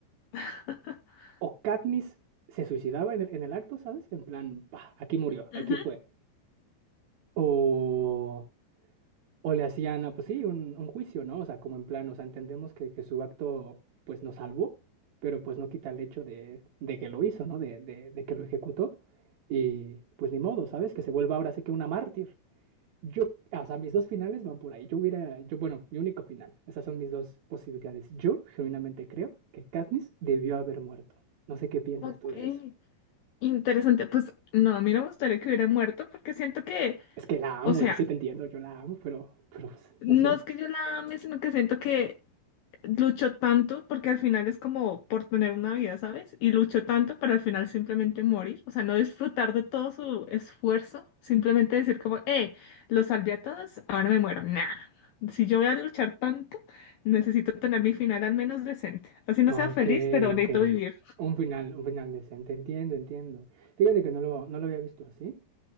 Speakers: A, on the left (about 75°); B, on the right (about 65°).
A: <laughs>
B: O Katniss se suicidaba en el, en el acto, ¿sabes? En plan, ¡pah! aquí murió,
A: Ujú,
B: aquí fue. O, o le hacían, ah, pues sí, un, un juicio, ¿no? O sea, como en plan, o sea, entendemos que, que su acto, pues, nos salvó, pero pues no quita el hecho de, de que lo hizo, ¿no? De, de, de que lo ejecutó. Y pues ni modo, ¿sabes? Que se vuelva ahora sí que una mártir. Yo, o sea, mis dos finales van por ahí. Yo hubiera, yo, bueno, mi único final. Esas son mis dos posibilidades. Yo genuinamente creo que Katniss debió haber muerto. No sé qué pienses
A: Ok,
B: tú de eso.
A: interesante. Pues no, a mí no me gustaría que hubiera muerto porque siento que,
B: Es que la amo,
A: o sea,
B: yo sí te entiendo, yo la amo, pero, pero pues,
A: No
B: no sé.
A: es que yo la ame, sino que siento que luchó tanto, porque al final es como por tener una vida, ¿sabes? Y luchó tanto para al final simplemente morir, o sea, no disfrutar de todo su esfuerzo, simplemente decir como, eh, los salvé a todos, ahora me muero. Nah, si yo voy a luchar tanto, necesito tener mi final al menos decente. Así no
B: Ok,
A: sea feliz, pero necesito
B: ok.
A: vivir.
B: Un final, un final decente. Entiendo, entiendo. Fíjate que no lo, no lo había visto así,